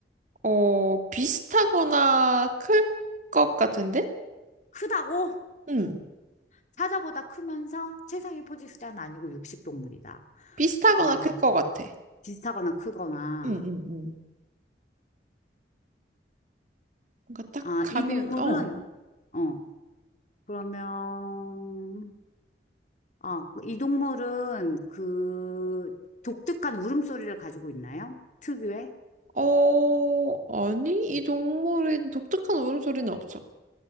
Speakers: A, on the right; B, on the left.
A: 어, 비슷하거나 클 것 같은데?
B: 크다고?
A: 응,
B: 사자보다 크면서 최상위 포식자는 아니고 육식동물이다.
A: 비슷하거나
B: 와,
A: 클 것 같아.
B: 비슷하거나 크거나.
A: 응, 응. 응. 뭔가 딱
B: 아,
A: 가면,
B: 이 동물은,
A: 어,
B: 어, 그러면, 아, 이 동물은 그 독특한 울음소리를 가지고 있나요? 특유의?
A: 어, 아니, 이 동물의 독특한 울음소리는 없어.